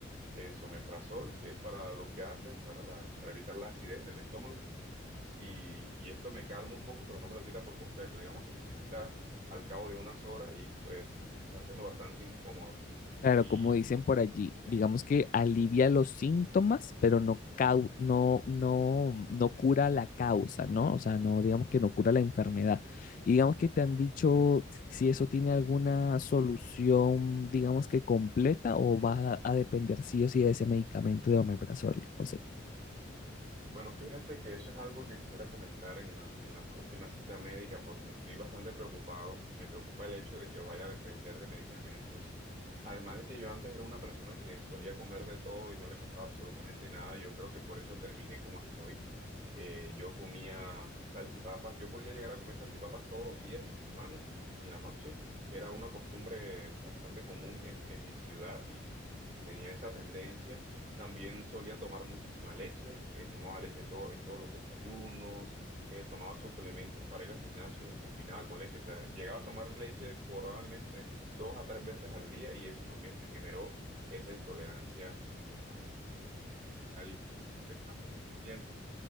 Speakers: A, on the right; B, on the left.
A: eh, someprazol, que es para los gases, para, la, para evitar la acidez en el estómago y, y esto me calma un poco, pero no me lo quita por completo. Digamos que se me quita al cabo de unas horas y pues está siendo bastante incómodo.
B: Claro,
A: Y
B: como dicen
A: mm,
B: por allí,
A: sí.
B: digamos que alivia los síntomas, pero no, cau- no, no, no cura la causa, ¿no? O sea, no digamos que no cura la enfermedad. Y digamos que te han dicho si eso tiene alguna solución, digamos que completa, o va a, a depender sí o sí de ese medicamento de omeprazol, José.
A: Bueno, fíjate que eso es algo que quisiera comentar en la, en la próxima cita médica porque estoy bastante preocupado. Me preocupa el hecho de que vaya a depender de medicamentos. Además de que yo antes era una persona que solía comer de todo y no le pasaba absolutamente nada. Yo creo que por eso terminé como estoy. Eh, yo comía salchipapas. Yo podía llegar a comer salchipapas todos los días en la semana, en la noche. Era una costumbre bastante común en, en mi ciudad y y tenía esa tendencia. También solía tomar muchísima leche, eh, tomaba leche todo, en todos los desayunos, eh, tomaba suplementos para ir al gimnasio y los combinaba con leche. O sea, llegaba a tomar leche probablemente dos a tres veces al día y eso también me generó esa intolerancia a la lactosa como tal y pues, fue afectando con el tiempo.